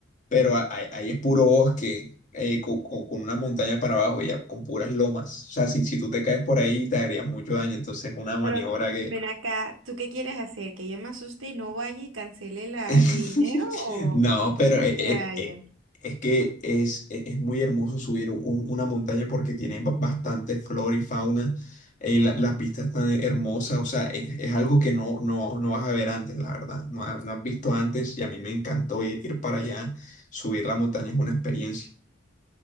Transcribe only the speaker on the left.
pero a- ahí, ahí es puro bosque, eh, co- co- con, una montaña para abajo, ya con puras lomas. O sea, si, si tú te caes por ahí, te harías mucho daño. Entonces, es una maniobra
<laughs>
No,
pero eh,
eh,
eh, es que es, e- es muy hermoso subir un- una montaña porque tiene ba- bastante flora y fauna. eh, la, las vistas tan hermosas, o sea, es, es algo que no, no, no vas a ver antes, la verdad. No, ha- no has visto antes y a mí me encantó ir, ir para allá. Subir la montaña es una experiencia.